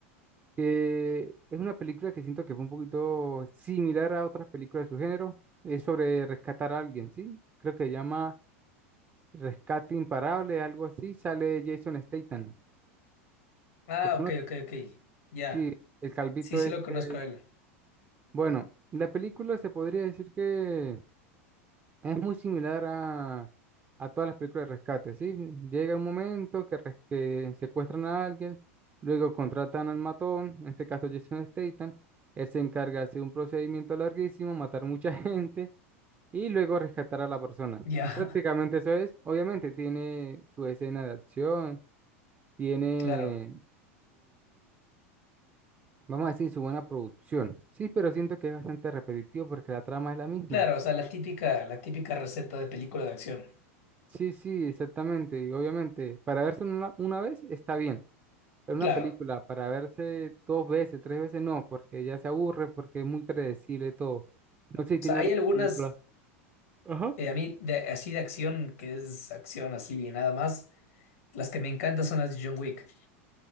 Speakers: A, on the right; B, on the left.
A: que es una película que siento que fue un poquito similar a otras películas de su género, es sobre rescatar a alguien, ¿sí? Creo que se llama Rescate Imparable, algo así, sale Jason Statham,
B: Ah,
A: ¿lo conoces?
B: ok, ok, ok. Ya.
A: Sí, el calvito
B: Sí, sí
A: este...
B: lo conozco a él.
A: Bueno, la película se podría decir que es muy similar a, a todas las películas de rescate, ¿sí? Llega un momento que, res- que secuestran a alguien, luego contratan al matón, en este caso Jason Statham, él se encarga de hacer un procedimiento larguísimo, matar mucha <laughs> gente y luego rescatar a la persona.
B: Ya.
A: Prácticamente
B: <laughs>
A: eso es, obviamente tiene su escena de acción, tiene
B: Claro.
A: Vamos a decir su buena producción. Sí, pero siento que es bastante repetitivo porque la trama es la misma.
B: Claro, o sea, la típica, la típica receta de película de acción.
A: Sí, sí, exactamente. Y obviamente, para verse una, una vez está bien, pero una
B: Claro.
A: película para verse dos veces, tres veces no, porque ya se aburre, porque es muy predecible todo. No sé si
B: O
A: tiene
B: sea, hay
A: alguna
B: algunas,
A: película. Ajá.
B: eh, a mí, de, así de acción, que es acción así y nada más. Las que me encantan son las de John Wick.